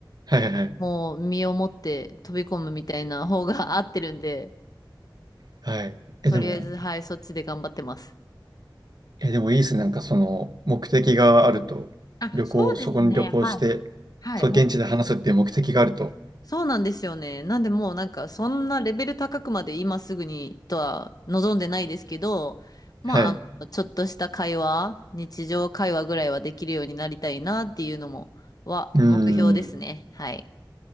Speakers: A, on the right; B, on the left.
A: はいはいはい。
B: もう身をもって飛び込むみたいな方が <laughs> 合ってるんで、
A: はい。え、
B: とりあえず、
A: でも、
B: はい、そっちで頑張ってます。
A: え、でもいいですね。なんかその目的があると、
B: あ、
A: 旅行、
B: そうですね。
A: そこに旅行して、
B: はい。はい。
A: そう、現地で話すっていう目的があると。
B: そうなんですよね。なんでもうなんかそんなレベル高くまで今すぐにとは望んでないですけど、まあ、
A: はい。
B: あの、
A: う
B: ちょっとした会話、日常会話ぐらいはできるようになりたいなっていうのも、は目標ですね。
A: ーん。
B: はい。